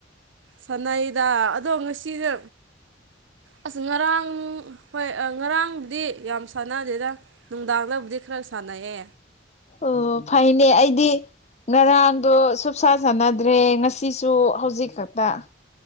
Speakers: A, on the right (about 75°); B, on the left (about 35°).
A: ꯁꯥꯟꯅꯥꯩꯗ ꯑꯗꯣ ꯉꯁꯤꯁꯦ ꯑꯁ ꯉꯔꯥꯡ ꯍꯣꯏ ꯉꯔꯥꯡꯕꯨꯗꯤ ꯌꯥꯝ ꯁꯥꯟꯅꯗꯦꯗ ꯅꯨꯡꯗꯥꯥꯛꯂꯕꯨꯗꯤ ꯈꯔꯥ ꯁꯥꯟꯅꯌꯦ
B: ꯑꯣ ꯐꯥꯏꯅꯦ ꯑꯩꯗꯤ ꯉꯔꯥꯡꯗꯣ ꯁꯨꯞꯁꯥ ꯁꯥꯟꯅꯗ꯭ꯔꯦ ꯉꯁꯤꯁꯨ ꯍꯧꯖꯤꯛ ꯈꯛꯇ